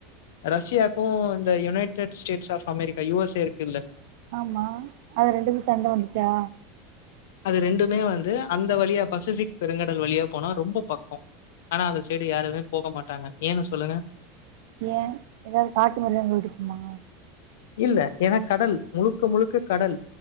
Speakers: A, on the left; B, on the right.
A: ரஷ்யாக்கும் இந்த united states of America US A இருக்கு இல்ல
B: ஆமா அது ரெண்டுக்கும் சண்ட வந்துச்சா
A: அது ரெண்டுமே வந்து அந்த வழியா பசிபிக் பெருங்கடல் வழியா போனா ரொம்ப பக்கம் ஆனா அந்த சைடு யாருமே போக மாட்டாங்க ஏன்னு சொல்லுங்க
B: ஏன் ஏதாவது காட்டு மிருகங்கள் இருக்குமா
A: இல்ல ஏன்னா கடல் முழுக்க முழுக்க கடல்